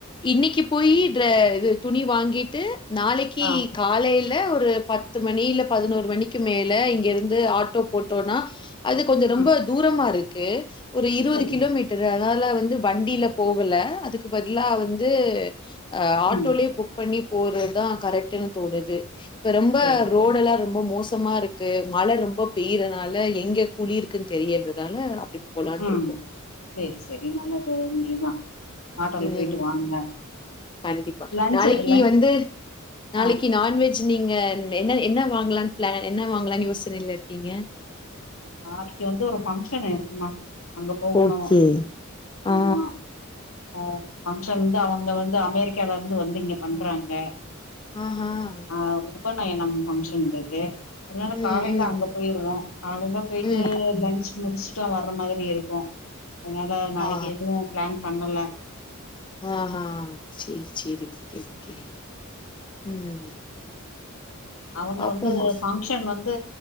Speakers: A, on the left; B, on the left.
A: இன்னக்கி போயி ட்ர இது துணி வாங்கிட்டு நாளக்கி
B: ஆ
A: காலைல ஒரு பத்து மணி இல்ல பதினோர் மணிக்கி மேல இங்கேர்ந்து ஆட்டோ போட்டோன்னா அது கொஞ்சொ ரொம்போ
B: ம்
A: தூரமா இருக்கு ஒரு இருவது
B: சரி
A: கிலோமீட் டரு அதனால வந்து வண்டில போகல அதுக்கு பதிலா வந்து ஆ ஆட்டோலயே
B: ம்
A: புக் பண்ணி போறத்தா கரெக்ட்டுன் தோணுது இப்ப ரொம்ப
B: சரி
A: ரோடல்லா
B: சரி
A: ரொம்ப மோசமா இருக் கு மழ ரொம்போ பெய்றனால எங்கெ குழி இருக்குன் தெரியற்துனால அப்டி போலான்ருக்கோம்.
B: ம் சேரி சேரி நல்லது முடியுதா ஆட்டோல
A: ம்.
B: போயிட்டு வாங்க
A: கண்டிப்பா
B: லன்ச்சு
A: நாளக்கி
B: லன்
A: வந்து நாளக்கி
B: ஆ
A: நான்வெஜ் நீங்க ன் என்ன என்ன வாங்லான் ப்ளான் என்ன வாங்லான் யோசனைல இருக்கீங்க
B: நாளக்கி வந்து ஒரு ஃபங்க்ஷன் இருக்குமா அங்க போகுணு
A: ஓகே ஆ.
B: ஆமா அ பங்க்ஷன் வந்து அவங்க வந்து அமெரிக்காலர்ந்து வந்து இங்கெ பண்றாங்க
A: ஆஹ
B: ஆ உபநயனம் பங்க்ஷன்ருக்கு அதனால
A: ம்
B: காலைல
A: ம்
B: அங்க போய்ருவோ காலைல பொயிட்டு
A: ம். ம்.
B: லன்ச் முடிச்சுட்டா வர்ற மாரி இருக்கு அத்னால நாளக்கி
A: ஆ
B: எதுவு ப்ளான் பண்ணல
A: ஆ ஹா சேர் சேரி ஓகே ஓகே ம்
B: அவங்க
A: பாப்போமா
B: வந்து ஃபங் க்ஷன் வந்து